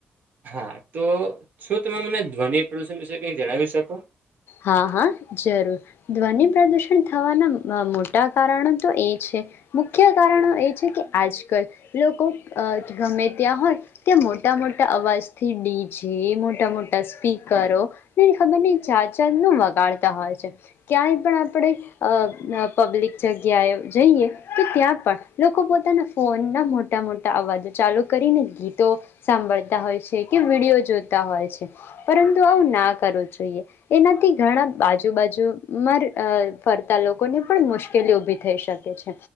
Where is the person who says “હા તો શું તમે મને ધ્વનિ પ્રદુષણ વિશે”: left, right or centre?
Right